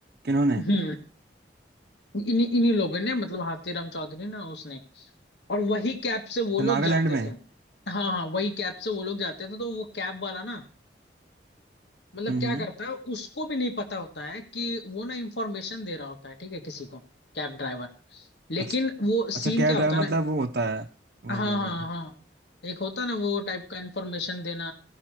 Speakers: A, on the right; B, on the left.
A: किन्होंने
B: हम्म इन्हीं इन्हीं लोगों ने मतलब हाथीराम चौधरी ना उसने और वही कैब से
A: अच्छा,
B: वो लोग
A: नागालैंड
B: जाते
A: में
B: थे हाँ हाँ वही कैब से वो लोग जाते थे तो वो कैब वाला ना मतलब
A: हम्म
B: क्या
A: हम्म
B: करता है उसको भी नहीं पता होता है कि वो ना इंफॉर्मेशन दे रहा होता है ठीक है किसी को कैब ड्राइवर लेकिन
A: अच्छा
B: वो
A: अच्छा
B: सीन
A: कैब
B: क्या
A: ड्राइवर
B: होता है
A: मतलब
B: ना
A: वो होता है समझ
B: हाँ हाँ
A: गया मैं
B: हाँ हाँ, एक होता है ना वो टाइप का इंफॉर्मेशन देना